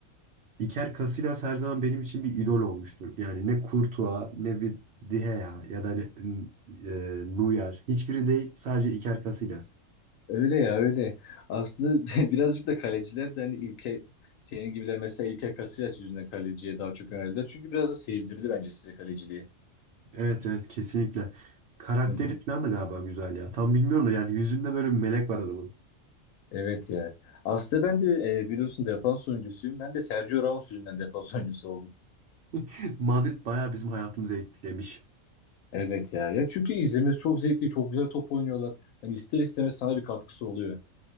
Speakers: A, on the right; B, on the left.
A: Iker Casillas her zaman benim için bir idol olmuştur. Yani ne Courtois ne bir Dihea ya da ne- e, Neuer. Hiçbiri değil sadece Iker Casillas.
B: Öyle ya öyle. Aslında <laughs> birazcık da kaleciler de hani ilke senin gibiler mesela İlker Casillas yüzünden kaleciye daha çok yöneldiler. Çünkü biraz da sevdirdi bence size kaleciliği.
A: Evet evet kesinlikle. Karakteri
B: Hı hı.
A: falan da galiba güzel ya. Tam bilmiyorum da yani yüzünde böyle bir melek var adamın.
B: Evet ya. Aslında ben de e, biliyorsun defans oyuncusuyum. Ben de Sergio Ramos yüzünden defans <laughs> oyuncusu oldum.
A: <laughs> Madrid bayağı bizim hayatımızı etkilemiş.
B: Evet ya. Ya çünkü izlemesi çok zevkli, çok güzel top oynuyorlar. Hani ister istemez sana bir katkısı oluyor.